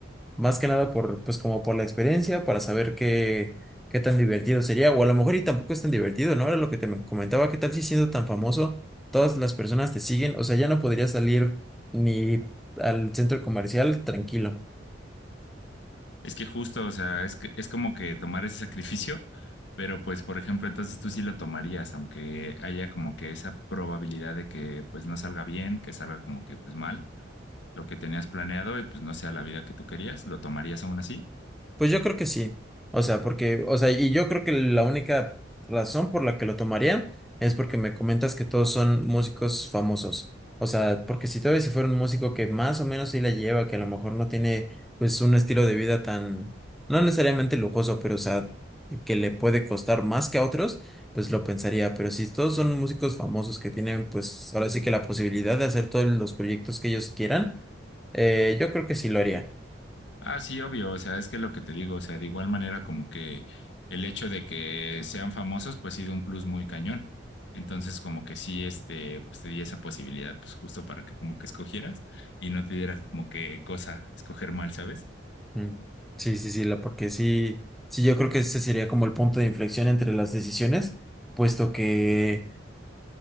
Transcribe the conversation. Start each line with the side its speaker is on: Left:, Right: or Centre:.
Centre: Más que nada por, pues como por la experiencia, para saber qué, qué tan divertido sería. O a lo mejor y tampoco es tan divertido, ¿no? Era lo que te me- comentaba, ¿qué tal si siendo tan famoso, todas las personas te siguen? O sea, ya no podrías salir ni al centro comercial tranquilo.
Left: Es que justo, o sea, es que es como que tomar ese sacrificio, pero pues, por ejemplo, entonces tú sí lo tomarías, aunque haya como que esa probabilidad de que pues no salga bien, que salga como que pues mal, lo que tenías planeado y pues no sea la vida que tú querías, ¿lo tomarías aún así?
Centre: Pues yo creo que sí. O sea, porque, o sea, y yo creo que la única razón por la que lo tomaría es porque me comentas que todos son músicos famosos. O sea, porque si todavía si fuera un músico que más o menos sí la lleva, que a lo mejor no tiene pues un estilo de vida tan, no necesariamente lujoso, pero o sea, que le puede costar más que a otros, pues lo pensaría. Pero si todos son músicos famosos que tienen pues ahora sí que la posibilidad de hacer todos los proyectos que ellos quieran, eh, yo creo que sí lo haría.
Left: Ah, sí, obvio, o sea, es que lo que te digo, o sea, de igual manera como que el hecho de que sean famosos, pues sí da un plus muy cañón. Entonces, como que sí, este, pues te di esa posibilidad, pues justo para que como que escogieras y no te diera como que cosa escoger mal, ¿sabes?
Centre: Mm. Sí, sí, sí, la, porque sí, sí, yo creo que ese sería como el punto de inflexión entre las decisiones, puesto que,